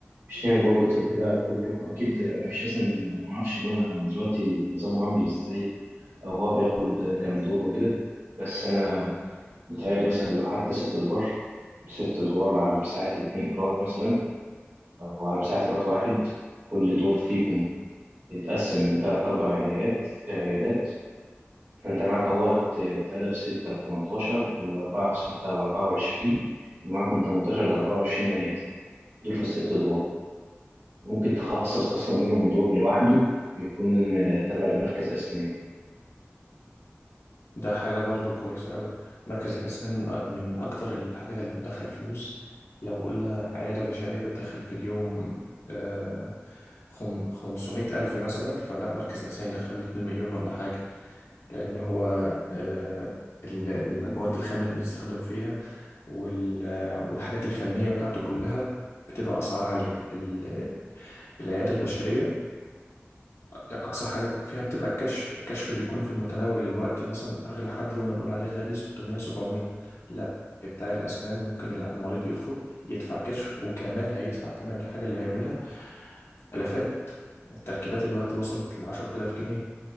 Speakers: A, on the right (about 60°); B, on the left (about 65°).
A: مش نعمل برج طبي بقى كله اكيد مفيش اصلا معرفش بقى دلوقتي نظامه عامل ازاي او هو بياخد كام دور وكده بس انا متهيألي مثلا لو حتى ست ادوار ست ادوار على مساحه اتنين قيراط مثلا او على مساحه قيراط واحد كل دور فيهم يتقسم من تلات لأربع عيادات عيادات فأنت معاك اهوت اتقدم بستة بتمنتاشر والأربعة بستة بأربعة وعشرين يبقى معاك من تمنتاشر لأربعة وعشرين عيادة دول في الست دور ممكن تخصص أصلا منهم دور لوحده يكون آه، تابع لمركز أسنان
B: ده حاجة برضو كويسة أوي مركز الأسنان من أ- من أكتر الحاجات اللي بتدخل فلوس لو قلنا عيادة بشرية بتدخل في اليوم آه، خم- 500 ألف مثلا فلا مركز الأسنان يدخل له 2 مليون ولا حاجة لأن هو آه، ال- المواد الخام اللي بنستخدم فيها وال- والحاجات الفنية بتاعته كلها بتبقى أسعار عالية ال- العيادة البشرية أقصى حاجة فيها بتبقى الكشف الكشف بيكون في المتناول الوقت مثلا أغلى حد يوم ما نقول عليه غالي 600 700 لا بتاع الأسنان ممكن المريض يدخل يدفع كشف وكمان هيدفع تمن الحاجة اللي هيعملها في آلافات التركيبات الوقت وصلت ل 10000 جنيه